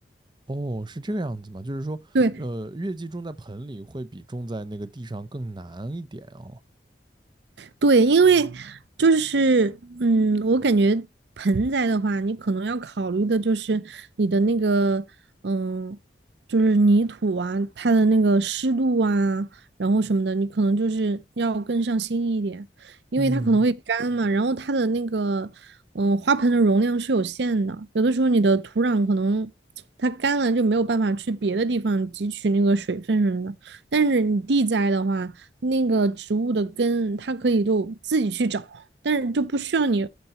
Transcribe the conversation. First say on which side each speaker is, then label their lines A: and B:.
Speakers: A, on the right (about 25°); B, on the right (about 70°).
A: 哦，是这个样子吗？就是说，
B: 对，
A: 呃，月季种在盆里会比种在那个地上更难一点哦。
B: 对，因为就是嗯，我感觉盆栽的话，你可能要考虑的就是你的那个嗯，就是泥土啊，它的那个湿度啊，然后什么的，你可能就是要更上心一点，因为它可能会干嘛，
A: 嗯
B: 然后它的那个嗯，花盆的容量是有限的，有的时候你的土壤可能它干了就没有办法去别的地方汲取那个水分什么的，但是你地栽的话。那个植物的根，它可以就自己去找，但是就不需要你，